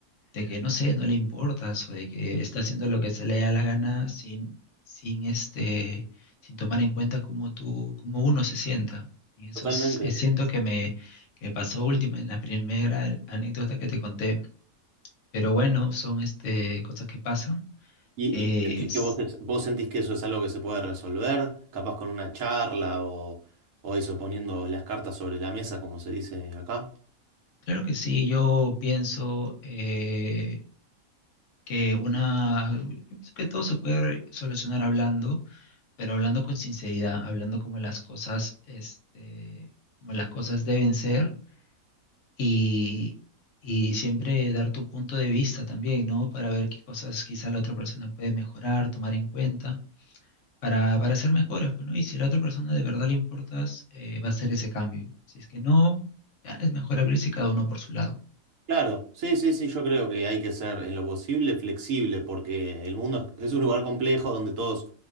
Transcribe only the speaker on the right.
Totalmente.
¿Y,
y sentís
que vos, es- vos sentís que eso es algo que se puede resolver, capaz con una charla o, o eso, poniendo las cartas sobre la mesa, como se dice acá?
Claro, sí, sí, sí, yo creo que hay que ser en lo posible flexible, porque el mundo es es un lugar complejo donde todos